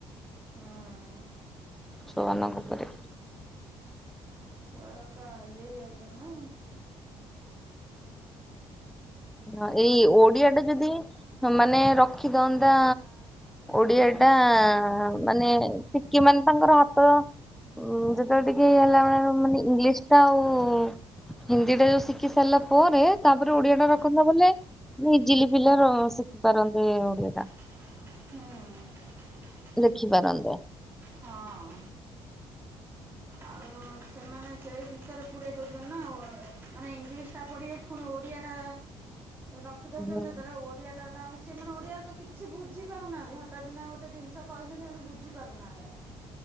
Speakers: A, on the right (about 20°); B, in the centre.
A: ହଁ।
B: ଛୁଆମାନଙ୍କ ଉପରେ
A: ଛୁଆର ପୁରା ଇଏ ହେଇଯାଉଚ ନା
B: ହ ଏଇ ଓଡିଆ ଟା ଯଦି ହ ମାନେ ରଖି ଦନ୍ତା ଓଡିଆ ଟା ମାନେ ଶିକି ମାନେ ତାଙ୍କର ହାତ ଉ ଯେତେବେଳେ ଟିକେଇଲା ମ ମାନେ ଇଂଲିଶ ଟା ଆଉ ହିନ୍ଦୀ ଟା ଯୋଉ ଶିଖି ସାରିଲା ପରେ ତାପରେ ଓଡିଆ
A: ହୁଁ
B: ଟା ର କୁମା ବଲେ ଇଜିଲି ପିଲା ର ଶିଖି ପାରନ୍ତି ଓଡିଆ ଟା।
A: ହୁଁ।
B: ଦେଖିପାରନ୍ତେ।
A: ହଁ ଆଉ ସେମାନେ ସ ସେଇ ବିଷୟରେ ପୁରେଇ ଦେଉଛନ୍ତି ନା ମାନେ ଇଂଲିଶଟା ପଡ଼ିିବେ ପୁଣି ଓଡ଼ିଆଟା ରଖିଦଉଛନ୍ତି
B: ହୁଁ।
A: ଯେତେବେଳେ ଓଡିଆ ଟା ତା ସେମାନେ ଓଡ଼ିଆରେ ତ କିଛି ବୁଝିପାରୁନାହାନ୍ତି ହଠାତ୍ ନା ଗୋଟେ ଜିନିଷ କହିଲେ ସେମାନେ ବୁଝିପାରୁନାହାଁନ୍ତି।